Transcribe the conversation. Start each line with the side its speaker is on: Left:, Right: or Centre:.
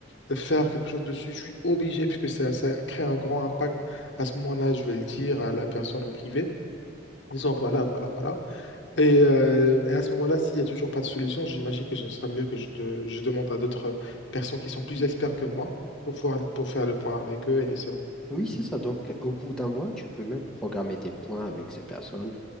Left: pas faire quelque chose dessus, je suis obligé, puisque ça, ça crée un grand impact. À ce moment-là, je vais le dire à la personne en privé. Disons, voilà, voilà, voilà. Et, euh, et à ce moment-là, s'il n'y a toujours pas de solution, j'imagine que ce sera mieux que je, te- je demande à d'autres personnes qui sont plus experts que moi pour, voir- pour faire le point avec eux. Et c'est bon.
Centre: oui, c'est ça. Donc, au bout d'un mois, tu peux même programmer des points avec ces personnes.